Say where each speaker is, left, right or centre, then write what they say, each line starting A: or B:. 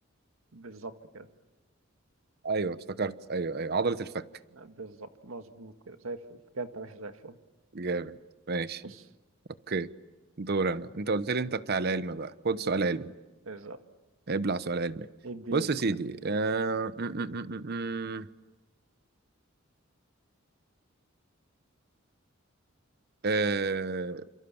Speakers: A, on the right; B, on the right.
A: بالظبط كده
B: ايوه افتكرت ايوه ايوه عضله الفك
A: بالظبط مظبوط كده زي الفل كده انت ماشي زي الفل
B: جامد ماشي
A: بص،
B: اوكي دور انا انت قلت لي انت بتاع العلم بقى خد سؤال علمي
A: بالظبط
B: ابلع سؤال علمي
A: اديني
B: بص يا
A: سؤال.
B: سيدي آه... م -م -م -م.